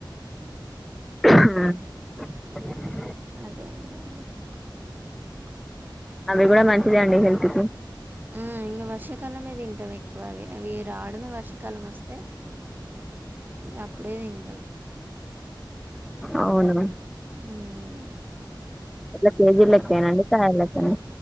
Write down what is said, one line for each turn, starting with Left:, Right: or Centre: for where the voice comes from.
Centre: ఆ
Right: ఉమ్, <unintelligible>
Centre: అవి కూడా మంచిదే అండి హెల్త్ కి
Right: ఆ ఇంకా వర్షాకాలమే తింటాం ఎక్కువ అవి అవి రావడమే వర్షాకాలం వస్తే ఇ అప్పుడే తింటాం
Centre: అవును
Right: హ్మ్ హ
Centre: ఎట్లా కేజీ లెక్కేనండి కాయలెక్కనా